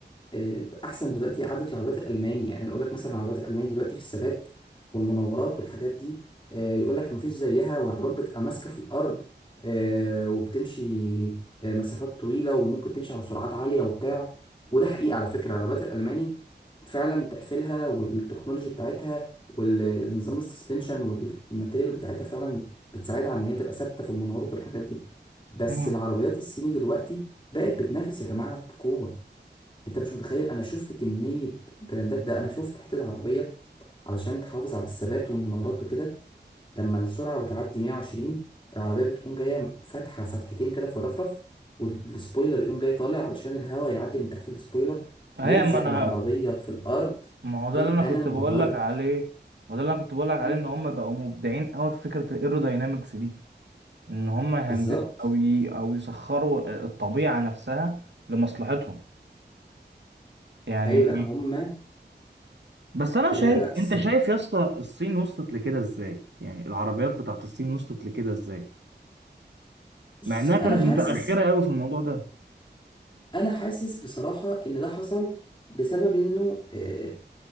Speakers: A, on the left; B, on the right.
A: آه، احسن دلوقتي عدد العربيات الالماني يعني انا اقول لك مثلا العربيات الالماني دلوقتي في الثبات والمناورات والحاجات دي آه، يقول لك مفيش زيها والعربيات بتبقى ماسكه في الارض آه، وبتمشي آه، مسافات طويله وممكن تمشي على سرعات عاليه وبتاع وده حقيقي على فكره العربيات الالماني فعلا تقفيلها والتكنولوجي بتاعتها والنظام السسبنشن والماتيريال بتاعتها فعلا بتساعدها على ان هي تبقى ثابته في المناورات والحاجات دي بس
B: مم.
A: العربيات الصيني دلوقتي بقت بتنافس يا جماعه بقوه انت مش متخيل انا شفت كمية براندات ده انا شفت حتة عربية علشان تحافظ على الثبات والمنارات وكده لما السرعة بتعدي 120 العربية بتقوم جاية فاتحة فتحتين كده في الرفرف والسبويلر يقوم جاي طالع علشان الهواء يعدي من تحت السبويلر
B: هي
A: يلزق
B: ما انا
A: العربية في الأرض
B: ما هو ده
A: إن-
B: اللي انا
A: أنا
B: كنت
A: انبهرت
B: بقول لك عليه ما ده اللي انا كنت بقول لك
A: مم.
B: عليه ان هم بقوا مبدعين قوي في فكرة الايروداينامكس دي ان هم يهندسوا
A: بالظبط
B: او ي... او يسخروا الطبيعه نفسها لمصلحتهم يعني
A: أيوة لأ هما
B: بس انا
A: لا
B: شايف
A: لا الصراحة
B: انت شايف يا اسطى الصين وصلت لكده ازاي يعني العربيات بتاعت الصين وصلت لكده ازاي
A: بص
B: مع انها
A: أنا
B: كانت
A: حاسس
B: متاخره قوي في الموضوع ده
A: أنا حاسس بصراحة إن ده حصل بسبب إنه آه،